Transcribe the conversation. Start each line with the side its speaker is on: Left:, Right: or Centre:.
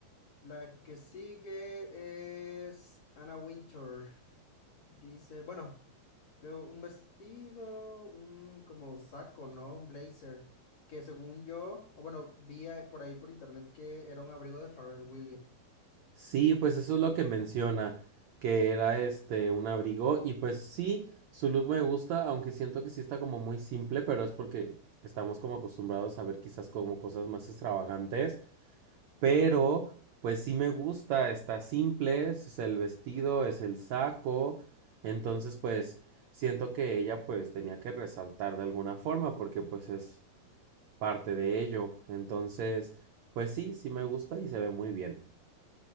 Left: La que sigue es Anna Winter. Dice, bueno, veo un vestido, un como saco, ¿no? Un blazer. Que según yo, o bueno, vi ahí- por ahí por internet que era un abrigo de Pharrell Williams.
Right: Sí, pues eso es lo que menciona, que era este un abrigo y pues sí, su look me gusta, aunque siento que sí está como muy simple, pero es porque estamos como acostumbrados a ver quizás como cosas más extravagantes, pero pues sí me gusta, está simple, es el vestido, es el saco, entonces pues siento que ella pues tenía que resaltar de alguna forma porque pues es parte de ello, entonces pues sí, sí me gusta y se ve muy bien.